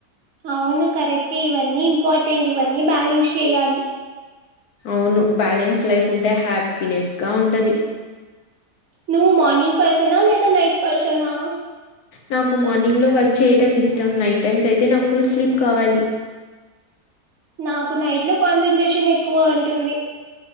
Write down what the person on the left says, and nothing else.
అవును బ్యాలెన్స్ లైఫ్ ఉంటే హ్యాపీనెస్ గా ఉంటది
నాకు మార్నింగ్ లో వర్క్ చేయడం ఇష్టం నైట్ టైమ్స్ అయితే నాకు ఫుల్ స్లీప్ కావాలి